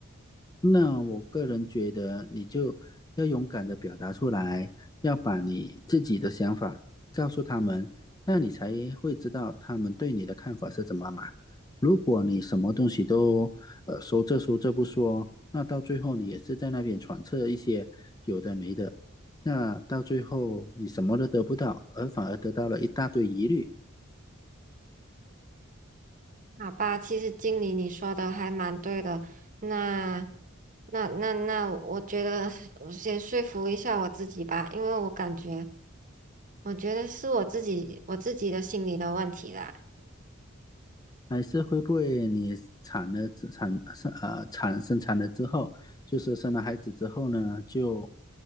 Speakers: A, on the left; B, on the right.
A: 那我个人觉得，你就要勇敢的表达出来，要把你自己的想法告诉他们，那你才会知道他们对你的看法是怎么嘛。如果你什么东西都呃说这说这不说，那到最后你也是在那边揣测一些有的没的，那到最后你什么都得不到，而反而得到了一大堆疑虑。
B: 好吧，其实经理你说的还蛮对的。那那那那，我觉得我先说服一下我自己吧，因为我感觉，我觉得是我自己我自己的心理的问题啦。
A: 还是会不会你产了之产生呃产生产了之后，就是生了孩子之后呢，就